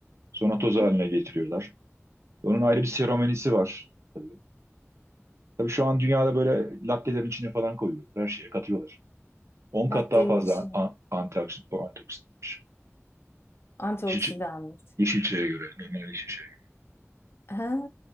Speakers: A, on the right; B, on the left.
A: Sonra
B: Hı
A: toz
B: hı.
A: haline getiriyorlar. Onun ayrı bir seremonisi var tabii. Tabii şu an dünyada böyle lattelerin içine falan koyuyorlar. Her şeye katıyorlar. 10
B: Latte'nin
A: kat daha fazla
B: içine
A: a- antioksidan, bu antioksidanmış.
B: antioksidan.
A: Yeşil, yeşil çaya göre, normal yeşil çaya göre.
B: Ha.